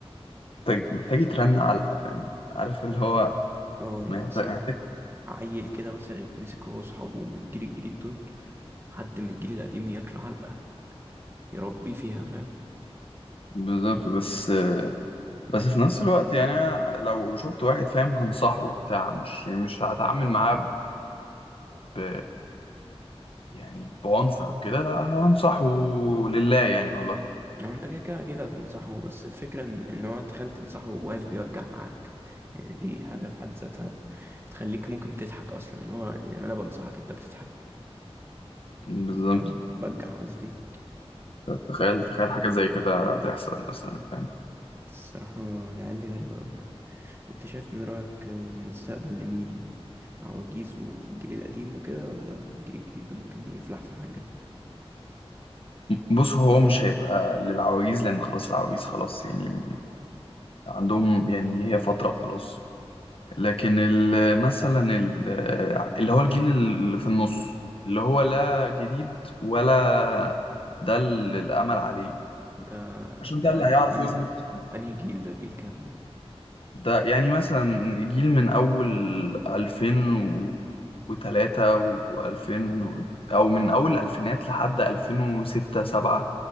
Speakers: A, on the left; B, on the right.
A: محتاج محتاج يترن علقه فاهم عارف
B: فاهم
A: اللي هو
B: اه يعني
A: محتاج
B: مثلا
A: محتاج
B: عيل كده مثلا يتمسك هو وأصحابه من الجيل الجديد دول حد من الجيل القديم ياكله علقة يربيه فيها فاهم
A: بالظبط بس بس في نفس الوقت يعني أنا لو شفت واحد فاهم هنصحه بتاع مش مش هتعامل معاه ب... يعني بعنف او كده لا هنصحه لله يعني والله
B: لو انت كده كده أكيد هتنصحه بس الفكرة ان إن هو تخيل تنصحه واقف بيوجع معاك يعني دي حاجة في حد ذاتها تخليك ممكن تضحك أصلا إن هو يعني أنا بنصحك أنت بتضحك
A: بالظبط
B: أنت بتبجح قصدي
A: تخيل تخيل حاجة زي كده تحصل مثلا فاهم
B: الصراحة العيال دي غريبة أوي يعني. انت شايف من رأيك مستقبل لمين عواجيز والجيل القديم وكده ولا الجيل الجديد ده ممكن يفلح في حاجة
A: بص هو مش هيبقى للعواجيز لأن خلاص العواجيز خلاص يعني عندهم يعني هي فترة وخلاص لكن ال- مثلا ال- اللي هو الجيل اللي في النص اللي هو لا جديد ولا ده اللي الأمل عليه
B: ده
A: عشان
B: ده
A: ده اللي
B: انهي
A: هيعرف
B: انهي
A: يظبط
B: انهي جيل ده جيل كام ده
A: ده يعني مثلا جيل من أول 2003 و2000 أو من أول الألفينات لحد 2006 7